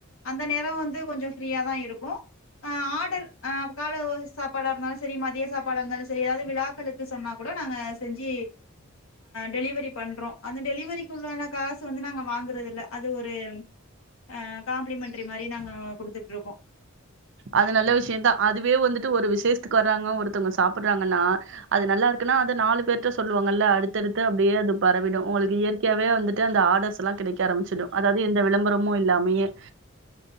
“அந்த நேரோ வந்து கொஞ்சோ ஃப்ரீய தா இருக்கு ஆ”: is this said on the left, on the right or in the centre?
Left